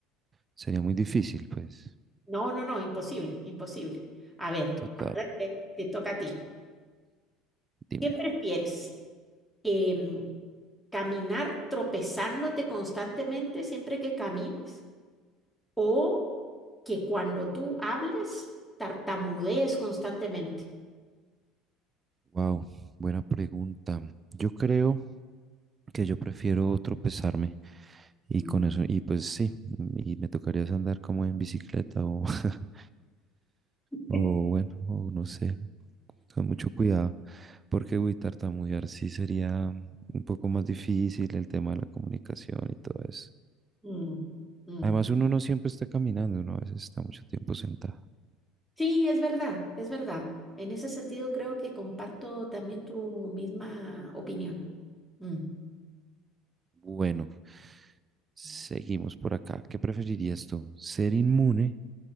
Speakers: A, on the right; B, in the centre.
A: sería muy difícil, pues.
B: No, no, no, imposible, imposible. A ver,
A: Total,
B: te, te toca a ti.
A: dime.
B: ¿Qué prefieres? Em, caminar tropezándote constantemente siempre que camines o que cuando tú hables tartamudees constantemente.
A: Wow, buena pregunta. Yo creo que yo prefiero tropezarme y
B: Mm.
A: con eso, y pues sí, y me tocaría es andar como en bicicleta o <laughs>
B: <laughs>
A: O bueno, o no sé, con mucho cuidado, porque uy, tartamudear sí sería un poco más difícil el tema de la comunicación y todo eso.
B: Mm, mm.
A: Además, uno no siempre está caminando, uno a veces está mucho tiempo sentado.
B: Sí, es verdad, es verdad. En ese sentido creo que comparto también tu misma opinión. Mm.
A: Bueno, seguimos por acá. ¿Qué preferirías tú? ¿Ser inmune